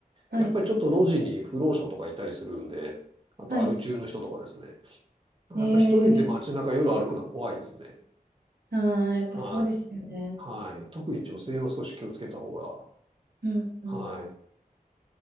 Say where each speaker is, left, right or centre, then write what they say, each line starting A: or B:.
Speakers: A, on the right; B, on the right.
A: はい。
B: やっぱりちょっと路地に不老者とかいたりするんで、あとアル中の人とかですね。
A: はい。
B: やっぱ一人で街中夜歩くのは怖いですね。
A: えー、あー、やっぱそうですよね。
B: はい。はい。特に女性は少し気をつけた方が、
A: うん、うん。
B: はい、